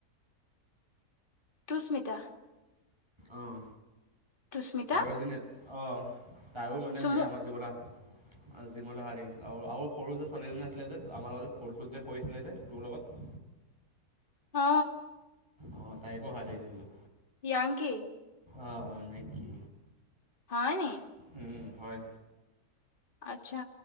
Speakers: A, on the left (about 30°); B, on the right (about 15°).
A: তুস্মিতা।
B: অঁ
A: তুস্মিতা
B: আৰু এজনী যে অঁ তাইও মানে
A: চুমু
B: শুনে আমাৰ জীৱা জিমলৈ অহাৰ দেখিছিলোঁ আৰু সৰু যে ছোৱালীজনী আছিলে যে আমাৰ লগত যে ফটোশ্বুট যে কৰিছিলে যে তোৰ লগত
A: অ
B: অঁ তাইকো আহা দেখিছিলোঁ
A: ইংকে
B: অ অ নেকি
A: হয় নি
B: উ হয়
A: আচ্ছা